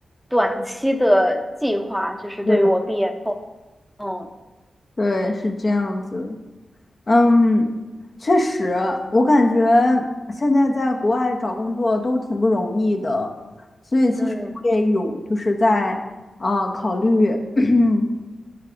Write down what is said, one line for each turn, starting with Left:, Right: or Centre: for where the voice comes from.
Centre: 短期的计划，就是对于我毕业后，
Left: 对，
Centre: 嗯
Left: 对是这样子，嗯，确实，我感觉现在在国外找工作都挺不容易的，所以其实我也有就是在啊、
Centre: 嗯，
Left: 呃考虑，嗯，